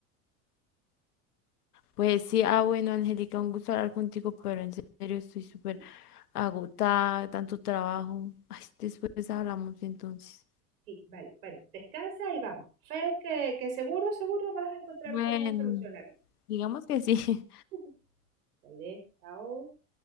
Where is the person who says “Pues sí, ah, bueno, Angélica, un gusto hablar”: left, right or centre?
Left